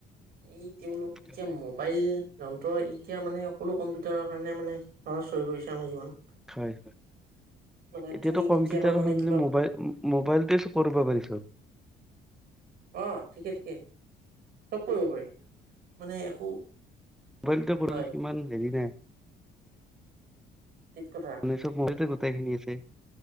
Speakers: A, on the right; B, in the centre.
A: এই তেওঁলোক এতিয়া
B: হয়
A: মোবাইল যন্ত্ৰ এতিয়া মানে সকলো কম্পিউটাৰৰ কাৰণে মানে সহচ হৈ পৰিছে আমাৰ জীৱন
B: হয়
A: মানে
B: এতিয়াতো
A: তুমি
B: কম্পিউাৰ
A: কেতিয়াবা মানে
B: সলনি
A: কিবা
B: মাইল মবাইলতে কৰিব পাৰি সোণ
A: অ ঠিকে ঠিকে চব কৰিব পাৰি মানে একো
B: মোবাইলটো কৰলি
A: হয়
B: ইমান হেৰি নাই
A: ঠিক কথা
B: ঊনৈচ মন্দি গোটেই খিনি আছে